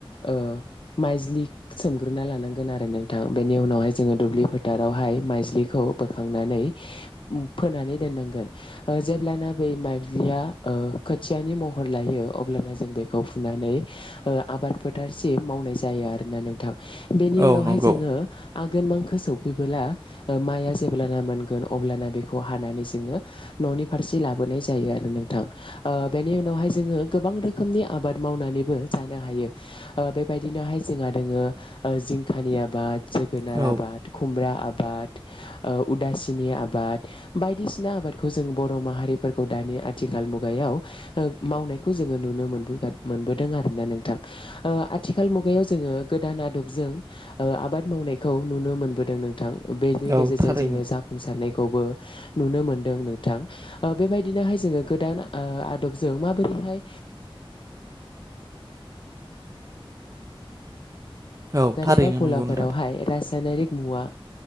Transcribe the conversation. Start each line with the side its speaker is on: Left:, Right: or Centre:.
Left: ओ माइज्लि सोमग्रोना लानांगोन आरो नोंथां बेनि उनावहाय जोङो दुब्लि फोथारावहाय माइजलिखौ बोखांनानै फोनानै दोननांगोन ओ जेब्लाना बै माइब्लिया ओ खोथियानि महर लायो अब्ला जों बेखौ फुनानै ओ आबाद फोथारसिम मावनाय जा जायो आरोना नोंथां बेनि
Right: औ
Left: उनावहाय
Right: नंगौ
Left: जोङो गोनमांखो सफैबोला ओ माइ जेब्लाना मोन अब्ला बेखौ हानानै जोंङो न नि फारसे लाबोनाय जायो आरो नोंथां ओ बेनि उनाव जोंङो गोबां रोखोमनि आबाद मावनानैबो जानो हायो ओ बेबाय बिदिनोहाय जोंहा दोङो ओ जिंखानि आबाद जोगोनार
Right: औ
Left: आबाद खुमब्रा आब आबाद ओ उदासिनि आबाद बायदिसिना आबादखौ जों बर' माहारिफोरखौ दानि आथिखाल मुगायाव ओ मावनायखौ जोङो नुनो मोनबोगा मोनबोदों आरोना नोंथां ओ आथिखाल मुगायाव जोङो गोदान आदबजों ओ आबाद मावनायखौ नुनो मोनबोदों नोंथां बेनि
Right: औ
Left: गेजेरजों
Right: थारैनो
Left: जोङो जाफुंसारनाय खौबो नुनो मोनदों नोंथां ओ बेबायदिनोहाय जोङो गोदान ओ आदबजों माबोरैहाय
Right: औ
Left: बोरैबा
Right: थारैनो
Left: गलाफोरावहाय
Right: नंगौ नोंथां
Left: रासायनारिक मुवा